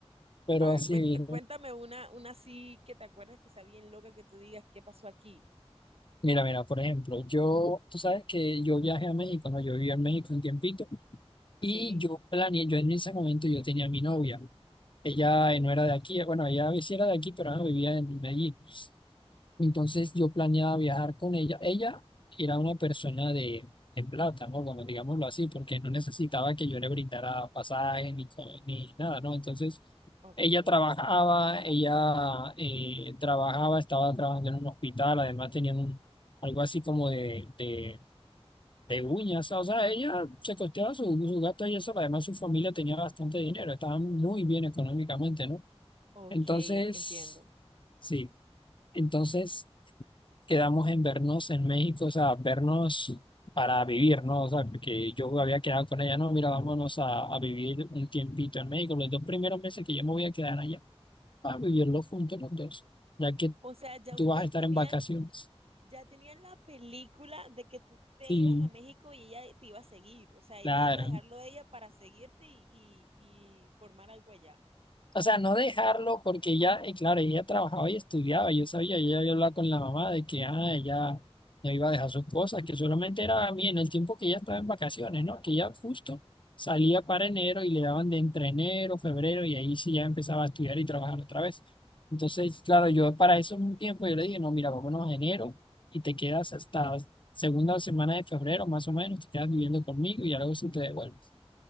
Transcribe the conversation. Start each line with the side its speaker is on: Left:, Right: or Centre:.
Left: Pero
Right: A ver,
Left: así,
Right: cuént- cuéntame una, una así que te acuerdas que está bien loca que tú digas qué pasó aquí.
Left: mira, mira, por ejemplo, yo, tú sabes que yo viajé a México, ¿no? Yo viví en México un tiempito
Right: Sí.
Left: y yo planeé, yo en ese momento yo tenía a mi novia, ella
Right: Ok,
Left: no era de aquí, bueno, ella sí era de aquí, pero ah, vivía en Medellín. Entonces yo planeaba viajar con ella. Ella era una persona de, de plata, ¿no? Bueno, digámoslo así, porque no necesitaba que yo le brindara pasaje ni, co- ni nada, ¿no? Entonces
Right: ok,
Left: ella trabajaba, ella eh, trabajaba, estaba trabajando en un hospital, además tenían un, algo así como de, de, de uñas, o sea, ella se costeaba su, su gasto y eso, además su familia tenía bastante dinero, estaban muy bien económicamente, ¿no?
Right: ok,
Left: Entonces,
Right: en- entiendo.
Left: sí, entonces quedamos en vernos en México, o sea, vernos para vivir, ¿no? O sea, porque yo había quedado con ella, no, mira, vámonos a, a vivir un tiempito en México, los dos primeros meses que yo me voy a quedar allá, a vivirlo juntos los dos, ya que
Right: O sea, ya
Left: tú
Right: ustedes
Left: vas a estar
Right: tenían,
Left: en vacaciones.
Right: ya tenían la película de que tú te
Left: Sí,
Right: ibas a México y ella te iba a seguir. O sea, ella
Left: claro.
Right: iba a dejarlo de ella para seguirte y, y, y formar algo allá.
Left: O sea, no dejarlo porque ya, eh, claro, ella trabajaba y estudiaba, yo sabía, ella había hablado con la mamá de que ah, ella no iba a dejar sus cosas, que solamente era a mí en el tiempo que ella estaba en vacaciones, ¿no? Que ella justo salía para enero y le daban de entre enero, febrero y ahí sí ya empezaba a estudiar y trabajar otra vez. Entonces, claro, yo para eso un tiempo yo le dije, no, mira, vámonos a enero y te quedas hasta segunda semana de febrero, más o menos, te quedas viviendo conmigo y ya luego sí te devuelves.